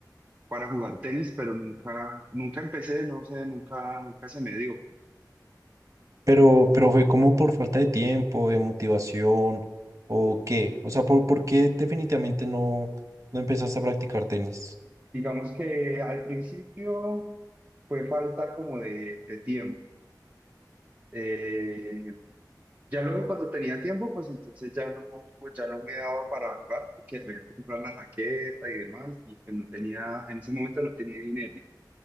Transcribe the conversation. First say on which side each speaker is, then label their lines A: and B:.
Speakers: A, on the right; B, on the right.
A: para jugar tenis, pero nunca, nunca empecé, no sé, nunca, nunca se me dio.
B: pero, pero fue como por falta de tiempo, de motivación o qué. O sea, ¿por, por qué definitivamente no, no empezaste a practicar tenis?
A: Digamos que al principio fue falta como de, de tiempo. Eh, ya luego cuando tenía tiempo, pues entonces ya no, pues ya no me daba para jugar porque había que comprar la raqueta y demás y pues no tenía, en ese momento no tenía dinero.